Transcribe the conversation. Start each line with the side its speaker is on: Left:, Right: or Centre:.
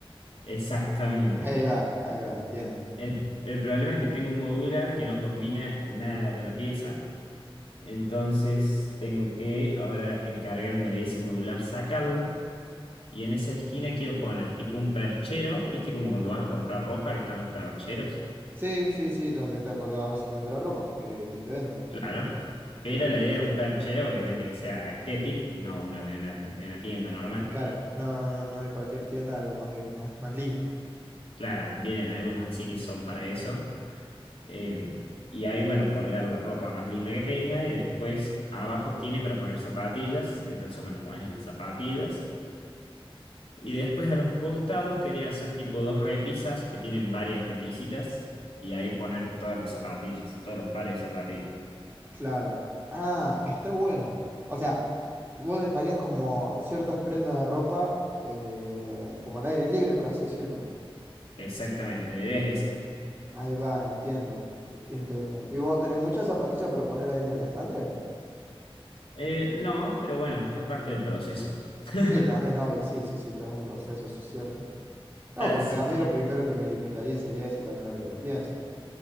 Left: <laughs> Exactamente.
Right: Ahí va, ahí va, entiendo.
Left: El, el problema es que tengo un modular que no combina nada con la pieza. Entonces tengo que ahora encargarme de ese modular, sacarlo. Y en esa esquina quiero poner tipo un perchero. ¿Viste como cuando vas a comprar ropa que están los percheros?
Right: Sí, sí, sí, donde está colgada básicamente la ropa que, que te venden.
Left: Claro. Pero
Right: Bien.
Left: la idea es un perchero, obviamente que sea estético, no uno de una, de una tienda normal.
Right: Claro, no, no, no de cualquier tienda, algo más bien, más, más lindo.
Left: Claro, vienen algunos así que son para eso. Eh, y ahí, bueno, colgar la ropa más linda que tenga y después abajo tiene para poner zapatillas. Entonces, bueno, pones las zapatillas. Y después a los costados quería hacer tipo dos repisas que tienen varias repisitas y ahí poner todas las zapatillas, todos los pares de zapatillas.
Right: Claro. Ah, está bueno. O sea, vos dejarías como ciertas prendas de ropa eh, como al aire libre, por así decirlo.
Left: Exactamente, la idea es esa.
Right: Ahí va, entiendo. e- Entiendo. ¿Y vos tenés muchas zapatillas para poner ahí en el estante?
Left: Eh, no, pero bueno, es parte del proceso. <laughs>
Right: Sí, también, obvio, sí, sí, sí, todo es un proceso, eso es cierto. No,
Left: Así
Right: porque a mí
Left: que
Right: lo primero que me limitaría sería eso también ahora que lo pienso.